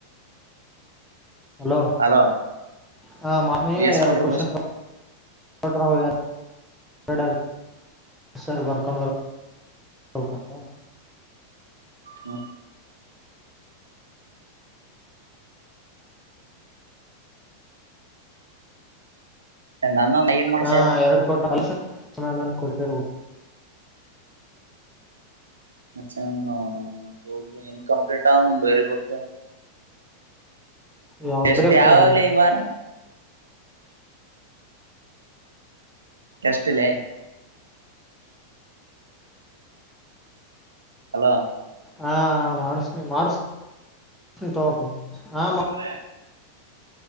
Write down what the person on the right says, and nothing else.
ಹಲೋ
ಎಸ್
ಕೊಟ್ರ
ಹ್ಮ ನನ್ನೊಂದ ಐನ್ ಮಾಡ್ಸ
ಚೆ ಅವನವನ್ <unintelligible> ಇನ್ಕಂಪ್ಲೀಟಾವು ಬರೀಬೇಕ್
ಟೆಸ್ಟ್
ಯಾವಾಲೆ ಇವಾರ ಟೆಸ್ಟಲೇ ಹಲೋ
<unintelligible>